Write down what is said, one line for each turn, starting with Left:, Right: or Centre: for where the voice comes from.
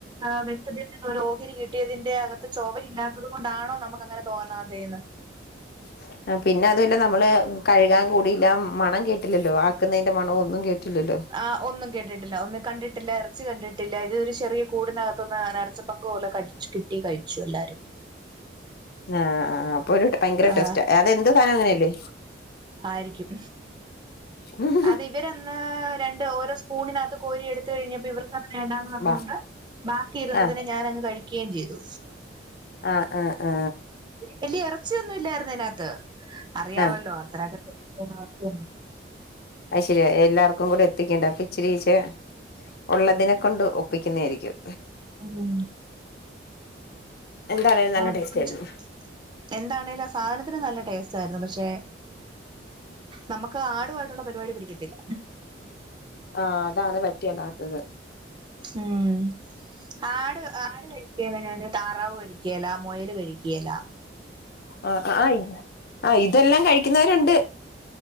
Right: ആ വെച്ചതിൽ നിന്ന് ഓരോഹരി കിട്ടിയതിന്റെ അകത്ത് ചൊവയില്ലാത്തത് കൊണ്ടാണോ നമുക്ക് അങ്ങനെ തോന്നാതെന്ന്
Left: <inaudible> ആ പിന്നെ അതുവല്ല നമ്മള് കഴുകാൻ കൂടില്ല മണം കേട്ടില്ലല്ലോ ആക്കുന്നതിന്റെ മണോ ഒന്നും കേട്ടില്ലല്ലോ
Right: ആ ഒന്നും കേട്ടിട്ടില്ല ഒന്നും കണ്ടിട്ടില്ല ഇറച്ചി കണ്ടിട്ടില്ല ഇതൊരു ചെറിയ കൂടിനകത്തൊന്ന് <unintelligible> പങ്കുപോലെ കടിച്ച് കിട്ടി കഴിച്ചു എല്ലാരും
Left: ആഹ് ആ അപ്പൊ ഒരു ഭയങ്കര
Right: ആ
Left: ടെസ്റ്റാ അതെന്ത് സാധനം അങ്ങനെയല്ലേ
Right: ആരിക്കും
Left: <inaudible>
Right: അത് ഇവരന്ന് രണ്ട് ഓരോ സ്പൂണിനകത്ത് കോരി എടുത്ത് കഴിഞ്ഞപ്പോ ഇവർക്കത് വേണ്ടാന്ന് പറഞ്ഞോണ്ട്
Left: ബാ
Right: ബാക്കി ഇരുന്നതിനെ
Left: ആ
Right: ഞാൻ അങ്ങ് കഴിക്കേം ചെയ്തു
Left: ആ ആ ആ
Right: വെല്യ ഇറച്ചിയൊന്നും ഇല്ലായിരുന്നു അതിനകത്ത് അറിയമല്ലോ
Left: ആ
Right: അത്രൊക്കെ <unintelligible>
Left: അത് ശെരിയാ എല്ലാർക്കും കൂടെ എത്തിക്കണ്ടേ അപ്പൊ ഇചിരിച്ചേ ഉള്ളതിനെ കൊണ്ട് ഒ വെക്കുന്നതായിരിക്കും
Right: ഉം
Left: എന്താണേലും നല്ല
Right: അപ്പാ
Left: ടേസ്റ്റ്
Right: പിടിച്ചു
Left: ആയിരുന്നു
Right: എന്താണേലും ആ സാധനത്തിന് നല്ല ടേസ്റ്റ് ആയിരുന്നു പക്ഷേ നമ്മക്ക് ആടുമായിട്ടുള്ള പരുവാടി പിടിക്കത്തില്ല
Left: ആഹ് അതാണ് പറ്റെല്ലാത്തത്
Right: ഉം ആട് ആട് കഴിക്കല ഞാന്, താറാവ് കഴിക്കലാ മയൽ കഴിക്കല
Left: ആ ആ ഇത് ആഹ് ഇതെല്ലാം കഴിക്കുന്നവരുണ്ട്